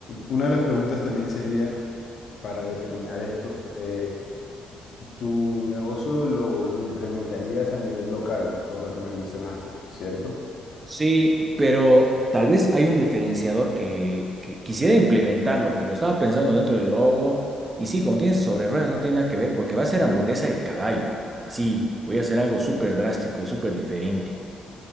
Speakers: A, on the left; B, on the right.
A: una de las preguntas también sería, para determinar esto, eh, tu negocio lo, lo implementarías a nivel local, por lo que me mencionaste, ¿cierto?
B: Sí, pero tal vez hay un diferenciador que, que quisiera implementarlo, porque lo estaba pensando dentro del logo. Y sí, como tienes sobre ruedas, no tiene nada que ver, porque va a ser hamburguesa de caballo. Así, voy a hacer algo súper drástico, súper diferente.